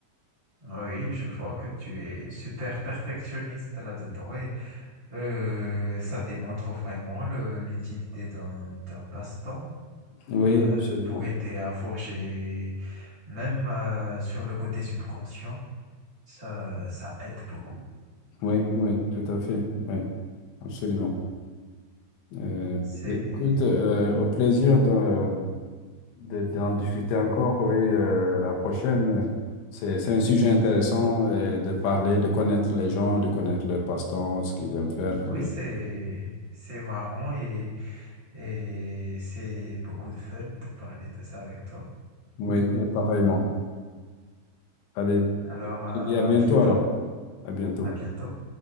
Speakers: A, on the right; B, on the left.
A: Ah Oui, je vois que tu es super perfectionniste là-dedans et euh, ça démontre vraiment le- l'utilité d'un d'un passe-temps
B: Oui,
A: euh,
B: absolument.
A: pour aider à forger, même euh, sur le côté subconscient, ça, ça aide beaucoup.
B: Oui, oui, tout à fait. Oui, absolument. Euh,
A: C'est
B: mais écoute, euh, au plaisir de, de, d'en discuter encore, oui, euh, la prochaine. C'est, c'est un sujet intéressant euh, de parler, de connaître les gens, de connaître leur passe-temps, ce qu'ils aiment faire.
A: Oui,
B: Et-
A: c'est c'est marrant et, et c'est beaucoup de fun de parler de ça avec toi.
B: oui, et pareillement. Allez,
A: Alors,
B: je
A: à
B: te dis à bientôt
A: à bientôt.
B: alors. À bientôt.
A: À bientôt.